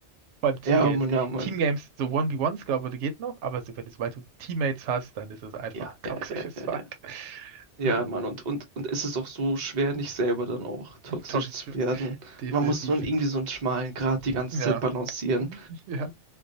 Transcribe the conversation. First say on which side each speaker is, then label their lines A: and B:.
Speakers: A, on the right; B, on the right.
A: Vor allem Teamgames.
B: Ja, Mann, ja, Mann.
A: Teamgames, so 1 v 1 glaube ich, geht noch, aber so, wenn du, sobald du Teammates hast, dann ist es einfach
B: Ja,
A: <laughs> toxisches
B: ja, ja, ja.
A: Fuck.
B: ja. Ja,
A: So,
B: Mann, und, und, und es ist auch so schwer, nicht selber dann auch toxisch
A: toxisch,
B: zu werden.
A: definitiv.
B: Man muss so einen, irgendwie so einen schmalen Grat die ganze
A: Ja,
B: Zeit balancieren.
A: <laughs> ja,